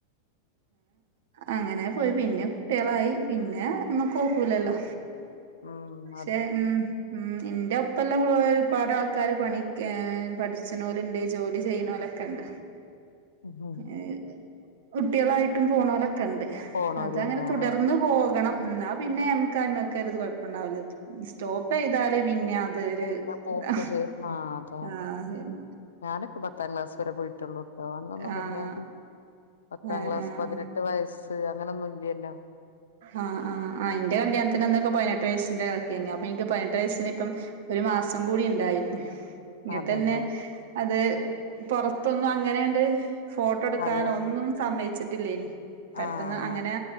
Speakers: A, on the right (about 55°); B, on the left (about 65°).
A: അങ്ങനെ പോയി പിന്നെ കുട്ടികളായി പിന്നെ ഇതുമക് നോക്കൂലല്ലോ
B: ഉം
A: പക്ഷെ
B: അതെ
A: ഉം ഉം എന്റെ ഉപ്പ ഇ എല്ലാം ഒരുപാട് ആൾക്കാർ പണി പഠിച്ചണ പോലുണ്ട് ജോലി ചെയ്യനോലൊക്കെ കണ്ട്
B: ഉം
A: ഏഹ് കുട്ടികളായിട്ടും പോണോ ലെ ക്കണ്ട്
B: പോണോരുണ്ട്
A: അതങ്ങനെ തുടർന്ന്
B: ആഹ്
A: പോകണം. ഇന്നാ പിന്നെ മ്മ ക്കാ മക്കത് കുഴപ്പംണ്ടാവില്ല സ്റ്റോപ്പ് യ്താല് പിന്നെ അതൊരു
B: <unintelligible>
A: ഇതാ ആഹ് ശരി
B: ഞാനൊക്കെ പത്താം ക്ലാസ്സ്‌ പോയിട്ടുള്ളൂ ട്ടോ അന്നൊന്നും
A: ആഹ്
B: പിന്നെ പത്താം
A: ആഹ്
B: ക്ലാസ്
A: ആഹ്
B: പതിനെട്ട് വയസ് അങ്ങനൊന്നും ഇല്ലല്ലോ
A: ആഹ് ആ ആ അന്റെ കല്യാണത്തിന്ന്നൊക്കെ പതിനെട്ട് വയസ്സിന്റെ കക്കന്നെ അപ്പൊ എനിക്ക് പതിനെട്ട് വയസിന് ഇപ്പം ഒരു മാസം കൂടി ഉണ്ടായിരുന്നു ഇങ്ങിട്ട്
B: അതല്ലേ
A: തന്നെ അത് പുറത്തൊന്നും അങ്ങനെയണ്ട് ഫോട്ടോ എടുക്കാൻ
B: അറിയ
A: ഒന്നും സമ്മയിച്ചിട്ടില്ല. ട്ടി ലേനി പെട്ടെന്ന്
B: ആഹ്
A: അങ്ങനെ